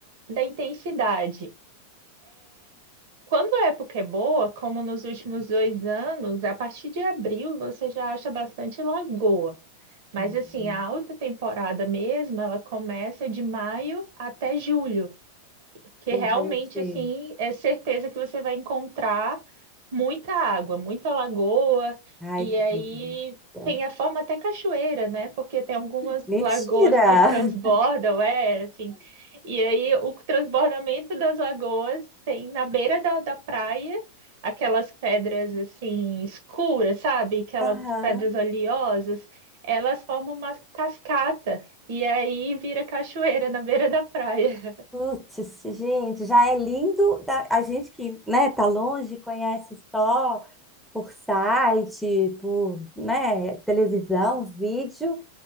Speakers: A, on the right; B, in the centre.
A: da intensidade. Quando a época é boa, como nos últimos dois anos, a partir de abril você já acha bastante lagoa. Mas
B: Hum,
A: assim, a alta temporada mesmo, ela começa de maio até julho que
B: Entendi.
A: realmente assim é certeza que você vai encontrar muita água, muita lagoa,
B: Ai,
A: e
B: que
A: aí
B: delícia.
A: tem a forma até cachoeira, né? Porque tem algumas
B: Mentira!
A: lagoas que transbordam,
B: <laughs>
A: é assim. E aí o transbordamento das lagoas tem na beira da, da praia aquelas pedras assim escuras, sabe? Aquelas
B: Aham.
A: pedras oleosas, elas formam uma cascata. E aí vira cachoeira na beira da praia.
B: Putz, gente, já é lindo da- a gente que, né, tá longe, conhece só por site, por, né, televisão, vídeo.